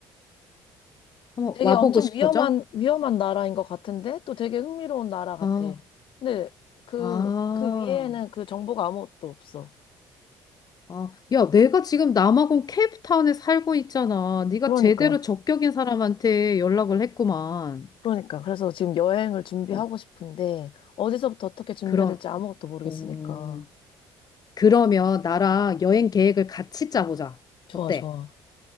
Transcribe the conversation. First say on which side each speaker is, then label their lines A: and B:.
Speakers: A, on the left; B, on the left.
A: 한번
B: 되게
A: 와보고
B: 엄청
A: 싶어져?
B: 위험한 위험한 나라인 것 같은데 또 되게 흥미로운 나라 같아.
A: 아,
B: 근데 그
A: 아,
B: 그 위에는 그 정보가 아무것도 없어.
A: 아. 야, 내가 지금 남아공 케이프타운에 살고 있잖아. 네가
B: 그러니까
A: 제대로 적격인 사람한테 연락을 했구만.
B: 그러니까 그래서 지금 여행을 준비하고
A: 어,
B: 싶은데 어디서부터 어떻게 준비해야
A: 그럼,
B: 될지 아무것도 모르겠으니까.
A: 어. 그러면 나랑 여행 계획을 같이 짜보자.
B: 좋아
A: 어때?
B: 좋아.